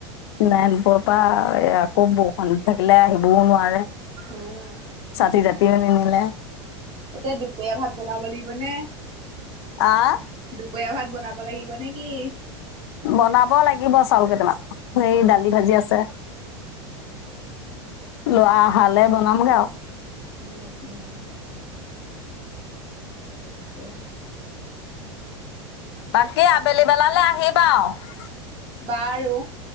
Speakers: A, on the left; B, on the right.
A: নাৰায়ণপুৰ পৰা এয়া‌‌ খুব বৰষুণ দি থাকিলে আহিবও নোৱাৰে
B: উম
A: ছাতি জাতিও নিনিলে
B: এতিয়া দুপৰীয়া ভাত বনাব। বলিবনে। দুপৰীয়া
A: আহ
B: ভাত বন যাব লাগিব নেকি?
A: বনাব লাগিব চাউল কেইটামান। সে
B: অ
A: দালি ভাজি আছে লোৱা। ভালে বনামগে আৰু
B: ও ও তাকে
A: বাকী আবেলি বেলালে আহিবা আৰু,
B: বাৰু